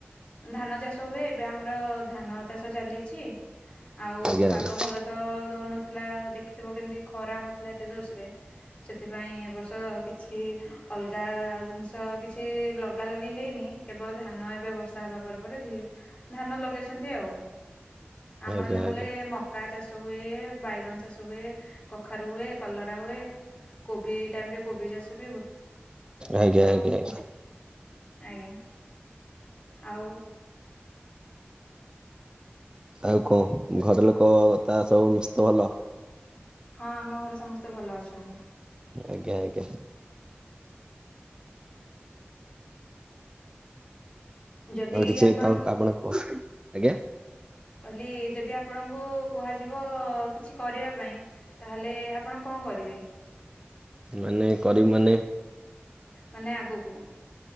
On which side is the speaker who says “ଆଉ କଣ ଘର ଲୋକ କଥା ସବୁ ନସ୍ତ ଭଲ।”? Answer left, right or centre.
Right